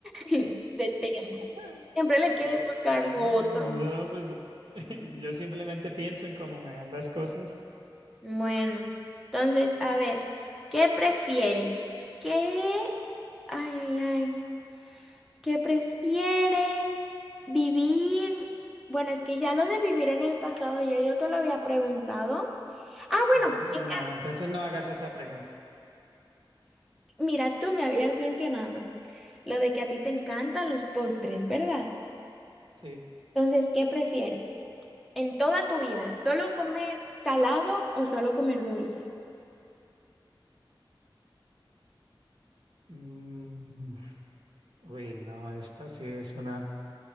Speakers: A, in the centre; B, on the right (about 80°).
A: <laughs> de tema.
B: Bueno,
A: Siempre le quieres buscar
B: Ah,
A: lo otro.
B: no, pues <laughs> yo simplemente pienso en cómo me dan las cosas.
A: Bueno, entonces, a ver, ¿qué prefieres? ¿Qué? Ay, ay, ay. ¿Qué prefieres? ¿Vivir? Bueno, es que ya lo de vivir en el pasado, ya yo te lo había preguntado. Ah, bueno,
B: Mm,
A: me encanta.
B: No, entonces no hagas esa pregunta.
A: Mira, tú me habías mencionado lo de que a ti te encantan los postres, ¿verdad?
B: Sí.
A: Entonces, ¿qué prefieres? En toda tu vida, ¿solo comer salado o solo comer dulce?
B: Mm, uy, no, esta sí es una,